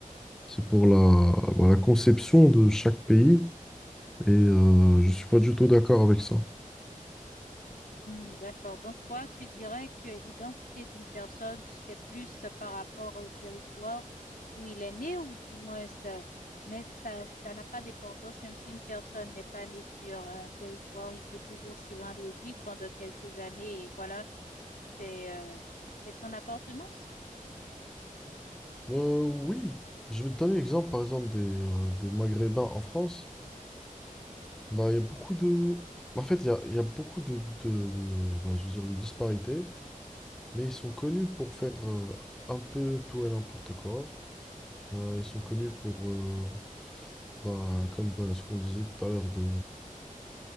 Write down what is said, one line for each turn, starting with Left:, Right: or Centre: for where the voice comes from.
Centre: c'est pour la, bah, la conception de chaque pays, et euh, je ne suis pas du tout d'accord avec ça.
Left: Hmm, d'accord. Donc, toi, tu dirais que l'identité d'une personne, c'est plus par rapport au territoire où il est né, ou du moins, ça, même, ça, ça n'a pas d'importance, même si une personne n'est pas née sur un territoire, il peut toujours s'y rendre et vivre pendant quelques années, et voilà, c'est, euh, c'est son appartenance.
Centre: Euh, oui, je vais te donner l'exemple par exemple des, euh, des Maghrébins en France. Bah, il y a beaucoup de... En fait, il y a, il y a beaucoup de, de, de- bah, je veux dire, de disparités, mais ils sont connus pour faire euh, un peu tout et n'importe quoi. Euh, ils sont connus pour, euh, bah, comme bah, ce qu'on disait tout à l'heure, de...